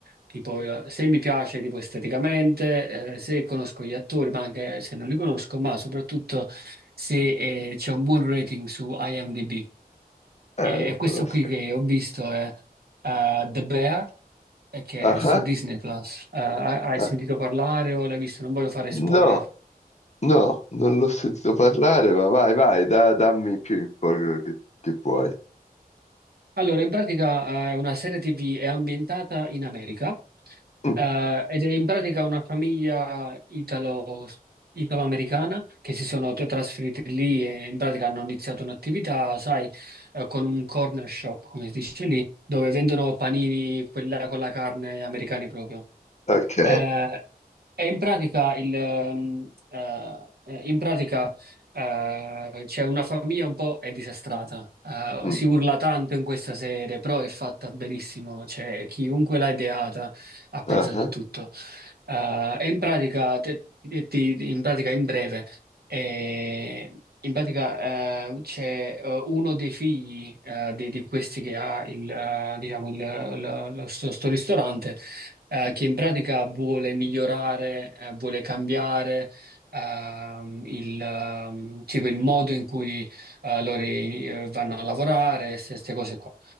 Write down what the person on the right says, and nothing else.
Tipo, eh, se mi piace tipo esteticamente, eh, se conosco gli attori, ma anche se non li conosco, ma soprattutto se eh, c'è un buon rating su IMDb.
E,
e questo
qui che ho visto è eh, The Bear, eh, che
è su
Disney Plus. Eh, hai hai
sentito parlare o l'hai visto? Non voglio fare spoiler.
Allora, in pratica eh, è una serie TV, è ambientata in America
eh, ed è in pratica una famiglia italo, italo-americana che si sono t- trasferiti lì e in pratica hanno iniziato un'attività, sai, eh, con un corner shop, come si dice lì, dove vendono panini, quella con la carne americani proprio.
Eh, è in pratica il, ehm, eh, eh, in pratica, eh, c'è una famiglia un po' è disastrata. Eh,
si urla tanto in questa serie, però è fatta benissimo. Cioè, chiunque l'ha ideata ha pensato
a tutto. Eh, e in pratica, te- ti- ti- in pratica, in breve, eh, in pratica, eh, c'è eh, uno dei figli eh, di, di questi che ha il, eh, diciamo, il, lo- lo- lo- sto sto ristorante eh, che in pratica vuole migliorare, eh, vuole cambiare ehm, il, ehm, tipo il modo in cui eh, loro eh, vanno a lavorare, queste cose qua.